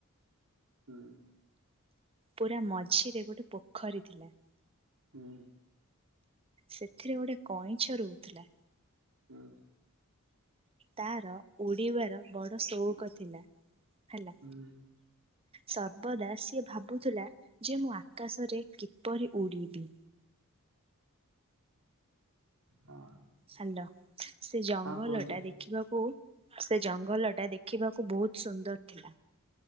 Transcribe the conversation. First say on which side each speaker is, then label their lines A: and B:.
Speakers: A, on the right (about 75°); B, on the right (about 25°).
A: ହୁଁ।
B: ପୁରା ମଝିରେ ଗୋଟେ ପୋଖରୀ ଥିଲା।
A: ହୁଁ।
B: ସେଥିରେ ଗୋଟେ କଇଁଛ ରହୁଥିଲା।
A: ହୁଁ।
B: ତାର ଉଡିବାର ବଡ଼ ଶଉକ ଥିଲା ହେଲା।
A: ହୁଁ
B: ସର୍ବଦା ସିଏ ଭାବୁଥିଲା। ଯେ ମୁଁ ଆକାଶରେ କିପରି ଉଡିବି?
A: ହଁ।
B: ସଲ ସେ ଜଙ୍ଗଲ
A: ହଁ କୁହନ୍ତୁ
B: ଟା ଦେ ଦେଖିବାକୁ ସେ ଜଙ୍ଗଲ ଟା ଦେଖିବାକୁ ବହୁତ ସୁନ୍ଦର ଥିଲା।